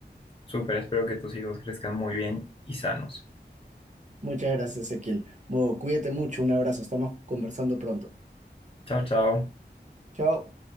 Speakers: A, on the left; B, on the right.
A: Súper, espero que tus hijos crezcan muy bien y sanos.
B: Muchas gracias, Ezequiel. Bueno, cuídate mucho, un abrazo, estamos conversando pronto.
A: Chao, chao.
B: Chao.